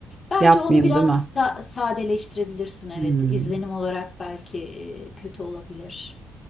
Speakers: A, on the left; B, on the right.
A: bence
B: Yapmayayım,
A: onu biraz
B: değil mi?
A: sa- sadeleştirebilirsin evet
B: Hmm.
A: izlenim olarak belki e, kötü olabilir.